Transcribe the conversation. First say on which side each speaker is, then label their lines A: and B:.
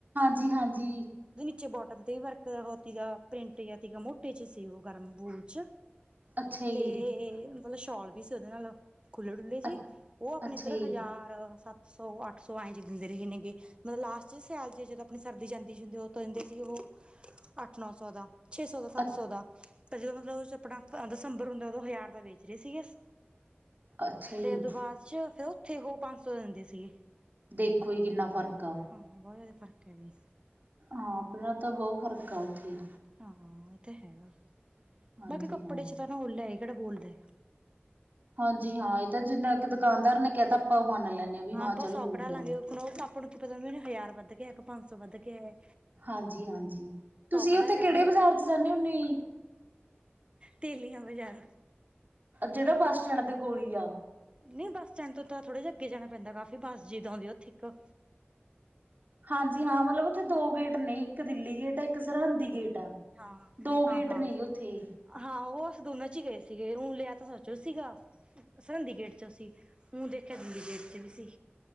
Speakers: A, on the right (about 45°); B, on the right (about 25°).
A: ਜੀ ਹਾਂਜੀ
B: 'ਚ ਬੋਟਮ ਤੇ ਵੀ ਵਰਕ ਹੋਤੀਦਾ, ਪ੍ਰਿੰਟ ਜਾਤੀਦਾ ਮੁੜ ਟਿਚ ਸੀ ਉਹ ਗਰਮ ਬੂਚ,
A: ਅੱਛਾ ਜੀ।
B: ਤੇ ਮਤਲਬ ਸ਼ੋਲ ਵੀ ਸੀ ਉਹਦੇ ਨਾਲ ਖੁੱਲੀ ਡੁੱਲੀ ਜੀ,
A: ਅ
B: ਉਹ ਆਪਣੇ
A: ਅੱਛਾ
B: ਇੱਧਰ
A: ਜੀ
B: ਹਜ਼ਾਰ, ਸੱਤ ਸੌ, ਅੱਠ ਸੌ ਐਂ 'ਚ ਦਿੰਦੇ ਰਹੇ ਨੇਗੇ ਮਤਲਬ ਲਾਸਟ 'ਚ ਸਿਆਲ 'ਚ ਜਦੋਂ ਆਪਣੀ ਸਰਦੀ ਜਾਂਦੀ ਜੂਂਦੀ, ਉਦੋਂ ਦਿੰਦੇ ਸੀ ਉਹ ਅੱਠ, ਨੌ ਸੌ ਦਾ ਛੇ ਸੌ ਦਾ, ਸੱਤ
A: ਅ
B: ਸੌ ਦਾ ਤਾਂ ਜਦੋਂ ਮਤਲਬ ਉਹ ਆਪਣਾ ਦਸੰਬਰ ਹੁੰਦਾ, ਉਦੋਂ ਹਜ਼ਾਰ ਦਾ ਵੇਚ ਰਹੇ ਸੀਗੇ
A: ਅੱਛਾ ਜੀ
B: ਤੇਦ ਬਾਅਦ 'ਚ, ਫੇਰ ਉੱਥੇ ਉਹ ਪੰਜ ਸੌ ਦਾ ਦਿੰਦੇ ਸੀਗੇ
A: ਦੇਖੋ ਜੀ, ਕਿੰਨਾ ਫ਼ਰਕ ਆ
B: ਹਾਂ, ਬਹੁਤ ਜ਼ਿਆਦਾ ਫਰਕ ਹੈਗੇ
A: ਹਾਂ, ਆਪਨਾ ਤਾਂ ਬਹੁਤ ਫਰਕ ਆ ਉੱਥੇ
B: ਹਾਂ ਇਹ ਤਾਂ ਹੈ,
A: ਹਾਂਜੀ
B: ਬਾਕੀ ਕੱਪੜੇ
A: ਹਾਂ।
B: 'ਚ ਤਾਂ ਨਾ ਉਲਾ ਹੈ, ਇਹ ਕੇੜਾ ਬੋਲਦਾ
A: ਹਾਂਜੀ ਹਾਂ, ਇਹ ਤਾਂ ਜਿੰਨਾ ਕ ਦੁਕਾਨਦਾਰ ਨੇ ਕਹਿਤਾ, ਆਪਾਂ ਉਹ ਮੰਨ ਲੈਂਦੇ ਵੀ
B: ਹਾਂ
A: ਚੱਲ
B: ਬਸ
A: ਹੋਊਗਾ।
B: ਔਕੜਾ ਲਾਂਗੇ ਉਹ ਆਪੋ ਨੂੰ ਕੀ ਪਤਾ ਹਜ਼ਾਰ ਵੱਧ ਕੇ ਆਏ ਕ ਪੰਜ ਸੌ ਵੱਧ ਕੇ ਆਏ
A: ਹਾਂਜੀ-ਹਾਂਜੀ ਤੁਸੀਂ
B: ਕਢਾ
A: ਉੱਥੇ
B: ਕੇ
A: ਕੇੜੇ
B: ਹੁਣ
A: ਬਾਜ਼ਾਰ 'ਚ ਜਾਂਦੇ ਹੁੰਦੇ
B: ਤੇਲੀਆਂ ਬਾਜ਼ਾਰ
A: ਜੇੜਾ ਬੱਸ ਸਟੈਂਡ ਦੇ ਕੋਲ ਹੀ ਆ
B: ਨਹੀਂ ਬੱਸ ਸਟੈਂਡ ਤੋਂ ਥੋੜ੍ਹਾ ਜਿਹਾ ਅੱਗੇ ਜਾਣਾ ਪੈਂਦਾ ਕਾਫੀ ਬੱਸ ਜਦ ਆਉਂਦੀ ਉੱਥੇ ਕ
A: ਹਾਂਜੀ ਹਾਂ ਮਤਲਬ ਉੱਥੇ ਦੋ ਗੇਟ ਨੇ। ਇੱਕ ਦਿੱਲੀ ਗੇਟ ਆ ਇੱਕ ਸਰਹੰਦੀ ਗੇਟ ਆ
B: ਹਾਂ
A: ਦੋ
B: ਹਾਂ
A: ਗੇਟ
B: ਹਾਂ
A: ਨੇ ਜ ਉੱਥੇ।
B: ਹਾਂ ਉਹ ਅਸੀਂ ਦੋਨਾਂ ਚ ਹੀ ਗਏ ਸੀਗੇ ਓ ਲਿਆ ਤਾਂ ਸੱਚੋ ਸੀਗਾ। ਸਰ ਸਿੰਡੀ ਗੇਟ ਚ ਸੀ ਹੁਨ ਦੇਖਿਆ ਸਿੰਡੀ ਗੇਟ ਚ ਵੀ ਸੀ।